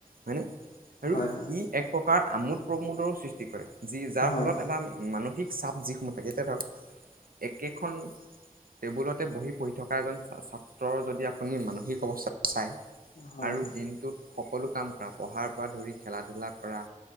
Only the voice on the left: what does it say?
হয়
হয়
হয়
হয়